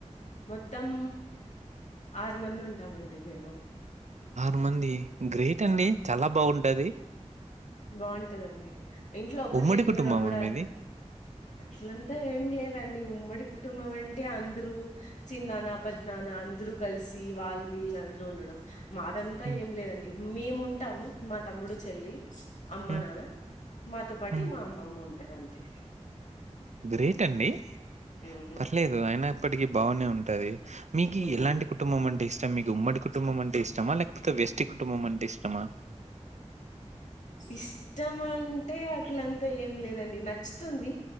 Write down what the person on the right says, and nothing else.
ఆరు మంది గ్రేట్ అండి
చాలా బాగుంటది.
ఉమ్మడి
కుటుంబమా
మీది
హ్మ్,
హ్మ్,
హ్మ్.
గ్రేట్ అండి.
పర్లేదు అయిన ఇప్పటికిీ బాగునే ఉంటది. మీకి
ఎలాంటి కుటుంబం అంటే ఇష్టం మీకు ఉమ్మడి కు కుటుంబం అంటే ఇష్టమా లేకపోతే వెస్టి కుటుంబం అంటే ఇష్టమా?